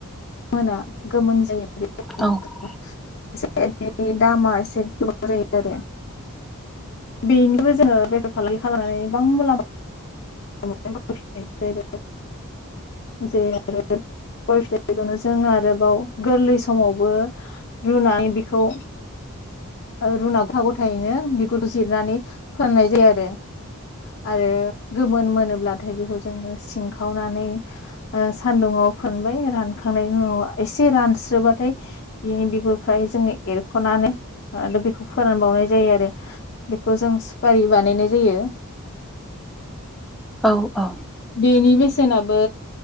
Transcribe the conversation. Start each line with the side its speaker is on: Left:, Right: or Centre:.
Left: मोना गोमोन जायोनि
Centre: औ-औ-औ-औ-औ-औ-औ-औ-औ-औ-औ-औ-औ-औ-औ-औ-औ-औ-औ-औ-औ-औ-औ-औ-औ-औ-औ-औ-औ
Left: दामा एसे गोबां जायो आरो बेनोबो जोङो बेफार फालांगि खालामनानै गोबां मुलामलामानिफ्रायबो जे आरो बेखौनो जों आरोबाव गोरलै समावबो रुनानै बेखौ रुनाव गथा गथायैनो बिगुरखौ जिरनानै फोननाय जायो आरो आरो गोमोन मोनोब्लाथाय बेखौ जोङो सिंखावनानै ओ सानदुंङाव फोनबाय रानखांनायनि उनाव एसे रानस्रोबाथाय बिनि बिगुर फाय जोङो एरख'नानै आरो बेखौ फोरानबावनाय जायो आरो बेखौ जों सुपारि बानायनाय जायो
Centre: औ औ
Left: बेनि बेसेनाबो